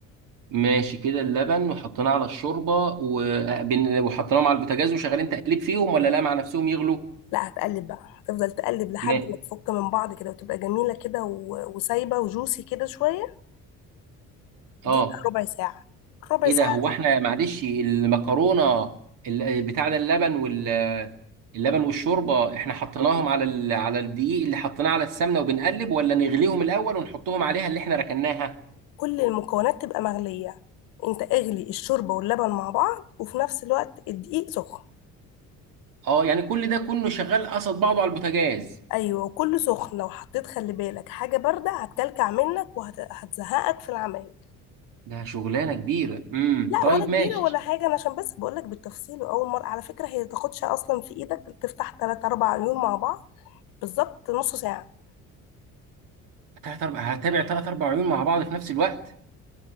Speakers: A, on the right; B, on the left.
A: ماشي كده اللبن وحطيناه على الشوربه وبن- وحطيناهم على البوتاجاز وشغالين تقليب فيهم ولا لا مع نفسهم يغلوا
B: لا هتقلب بقى هتفضل تقلب لحد
A: ما
B: ما تفك من بعض كده وتبقى جميلة كده و- وسايبة وجوسي كده شوية دي
A: اه
B: ربع ساعة ربع
A: ايه
B: ساعة
A: ده هو احنا معلش المكرونه ال- بتاع ده اللبن وال اللبن والشوربه احنا حطيناهم على ال... على الدقيق اللي حطيناه على السمنه وبنقلب ولا نغليهم الاول ونحطهم عليها اللي احنا ركناها
B: كل المكونات تبقى مغلية انت اغلي الشوربة واللبن مع بعض وفي نفس الوقت الدقيق سخن
A: اه يعني كل ده كله شغال قصد بعضه على البوتاجاز
B: ايوه وكله سخن لو حطيت خلي بالك حاجة باردة هتكلكع منك وهتزهقك في العمايل
A: ده شغلانه كبيره امم
B: لا
A: طيب
B: ولا كبيرة
A: ماشي
B: ولا حاجة أنا عشان بس بقولك بالتفصيل وأول مرة على فكرة هي تاخدش أصلا في إيدك تفتح تلات أربع عيون مع بعض بالظبط نص ساعة
A: تلات اربع هتابع ثلاث اربع عيون مع بعض في نفس الوقت